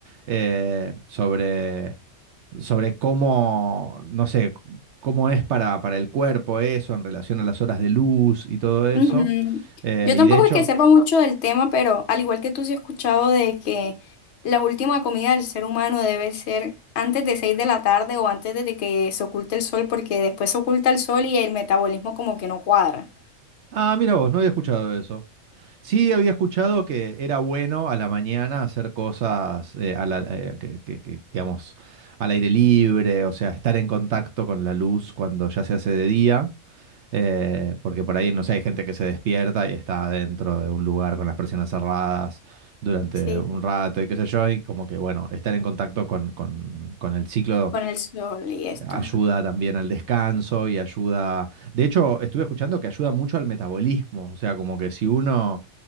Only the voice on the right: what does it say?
eh, sobre, sobre cómo, no sé, cómo es para, para el cuerpo eso en relación a las horas de luz y todo eso.
Eh,
y de hecho,
ah, mira vos, no había escuchado eso. Sí, había escuchado que era bueno a la mañana hacer cosas eh, a la- eh, que, que- que, digamos, al aire libre, o sea, estar en contacto con la luz cuando ya se hace de día, eh, porque por ahí, no sé, hay gente que se despierta y está dentro de un lugar con las persianas cerradas durante
un rato y qué sé yo, y como que, bueno, estar en contacto con, con con el ciclo
ayuda también al descanso y ayuda... De hecho, estuve escuchando que ayuda mucho al metabolismo, o sea, como que si uno